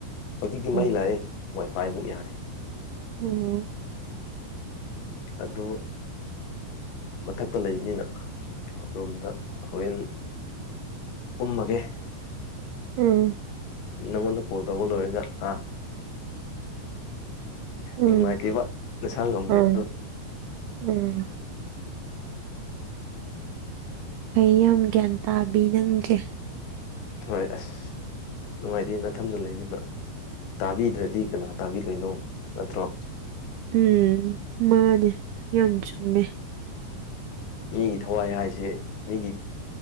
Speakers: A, on the left; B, on the right.
A: ꯍꯧꯖꯤꯛꯇꯤ
B: ꯎꯝ
A: ꯃꯩ ꯂꯥꯛꯑꯦ ꯋꯥꯏꯐꯥꯏꯃꯨꯛ ꯌꯥꯔꯦ
B: ꯎꯝ
A: ꯑꯗꯨ ꯃꯊꯛꯇ ꯂꯩꯕꯅꯤꯅꯔꯣꯨꯝꯝꯗ ꯍꯣꯔꯦꯟ ꯎꯃꯒꯦ
B: ꯎꯝ
A: ꯅꯪꯉꯣꯟꯗ ꯀꯣꯜ ꯇꯧꯕ ꯂꯣꯏꯔꯒ ꯑꯥ
B: ꯎꯝ
A: ꯅꯨꯡꯉꯥꯏꯇꯦꯕ ꯅꯁꯥ ꯉꯝꯗꯕꯗꯣ
B: ꯎꯝ ꯎꯝ ꯐꯩ ꯌꯥꯝ ꯒ꯭ꯌꯥꯟ ꯇꯥꯕꯤ ꯅꯪꯁꯦ
A: ꯍꯣꯏ ꯑꯁ ꯅꯨꯡꯉꯥꯏꯇꯦ ꯅꯥꯊꯟꯗ ꯂꯩꯅꯤꯅ ꯇꯥꯕꯤꯗ꯭ꯔꯗꯤ ꯀꯅꯥ ꯇꯥꯕꯤꯗꯣꯏꯅꯣ ꯅꯠꯇ꯭ꯔꯣ
B: ꯎꯝ ꯃꯥꯅꯦ ꯌꯥꯝ ꯆꯨꯝꯃꯦ
A: ꯃꯤꯒꯤ ꯊꯋꯥꯏ ꯍꯥꯏꯁꯦ ꯃꯤꯒꯤ